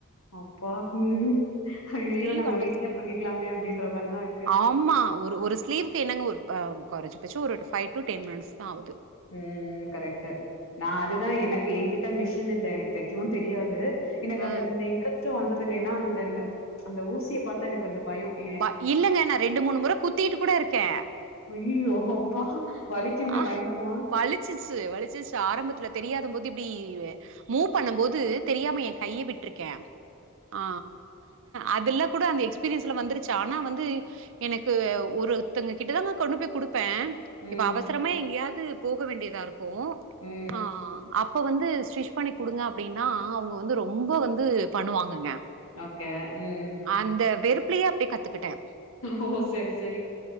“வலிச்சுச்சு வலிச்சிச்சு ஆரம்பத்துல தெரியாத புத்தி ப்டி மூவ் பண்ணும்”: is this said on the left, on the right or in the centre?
Right